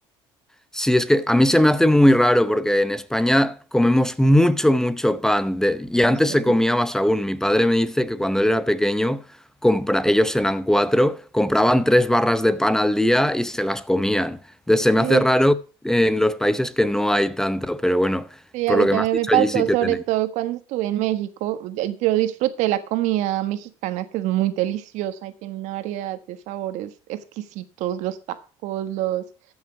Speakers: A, in the centre; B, on the right.
A: Sí, es que a mí se me hace muy raro porque en España comemos mucho, mucho pan. de- Y antes
B: O sea
A: se
B: que-
A: comía más aún. Mi padre me dice que cuando él era pequeño, compra... ellos eran cuatro, compraban tres barras de pan al día y se las comían. Entonces se me
B: Sí.
A: hace raro en los países que no hay tanto, pero bueno,
B: Sí,
A: por
B: a mí
A: lo que
B: también
A: me has dicho,
B: me pasó,
A: allí sí que
B: sobre
A: tenéis.
B: todo cuando estuve en México. de- Yo disfruté la comida mexicana, que es muy deliciosa y tiene una variedad de sabores exquisitos, los tacos, los,